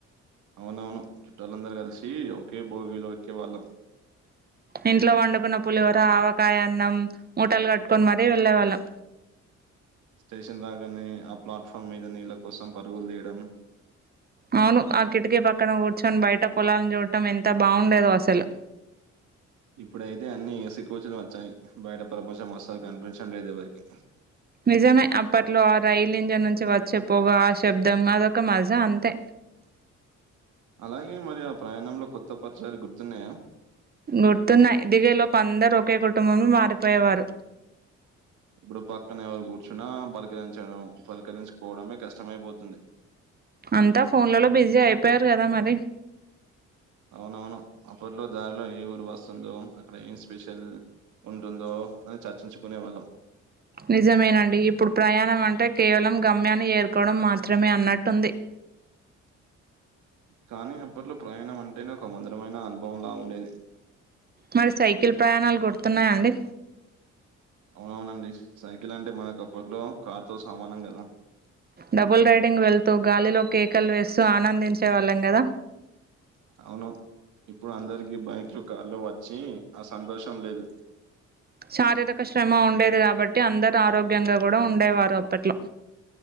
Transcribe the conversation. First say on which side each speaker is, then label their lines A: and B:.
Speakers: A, on the right; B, on the right.
A: అవునవును చుట్టాలందరు కలిసి ఒకే భోగిలో వచ్చేవాళ్ళం
B: ఇంట్లో వండుకున్న పులిహోర ఆవకాయ అన్నం ముటలు కట్టుకొని మరీ వెళ్ళేవాళ్ళం
A: స్టేషన్ రాగానే ఆ ప్లాట్ఫామ్ మీద నీళ్ళ కోసం పరుగులు తీయడం
B: అవును ఆ కిటికీ పక్కన కూర్చొని బయట పొలాలను చూడటం ఎంత బావుండేదో అసలు
A: ఇప్పుడైతే అన్ని ఏసీ కోచలు వచ్చాయి బయట ప్రపంచం అసలు కనిపించడం లేదు ఎవరికి
B: నిజమే అప్పట్లో ఆ రైల్ ఇంజిన్ నుంచి వచ్చే పోగా ఆ శబ్దం అదొక మజ అంతే
A: అలాగే మరి ఆ ప్రయాణంలో కొత్త పరిచయాలు గుర్తున్నాయా
B: గుర్తున్నాయి దిగే లోపు అందరు ఒకే కుటుంబంలో మారిపోయేవారు
A: ఇప్పుడు పక్కన ఎవరు కూర్చున్నా పలకరించడం పలకరించుకోవడమే కష్టమైపోతుంది
B: అంతా ఫోన్లలో బిజీ అయిపోయారు కదా మరి
A: అవునవును అప్పట్లో దారిలో ఏ ఊరు వస్తుందో అక్కడ ఏం స్పెషల్ ఉంటుందో అని చర్చించుకునే వాళ్ళం
B: నిజమేనండి ఇప్పుడు ప్రయాణం అంటే కేవలం గమ్యాన్ని చేరుకోవడం మాత్రమే అన్నట్టుంది
A: కానీ అప్పట్లో ప్రయాణం అంటేనే ఒక మధరమైన అనుభవంలా ఉండేది
B: మరి సైకిల్ ప్రయాణాలు గుర్తున్నాయా అండి
A: అవునవునండి సైకిల్ అంటే మనకు అప్పట్లో కార్ తో సమానం కదా
B: డబుల్ రైడింగ్ వెళ్తూ గాలిలో కేకలు వేస్తూ ఆనందించే వాళ్ళం కదా
A: అవును ఇప్పుడు అందరికి బైక్లు కార్లో వచ్చి ఆ సంతోషం లేదు
B: శారీరక శ్రమ ఉండేది కాబట్టి అందరు ఆరోగ్యంగా కూడా ఉండేవారు అప్పట్లో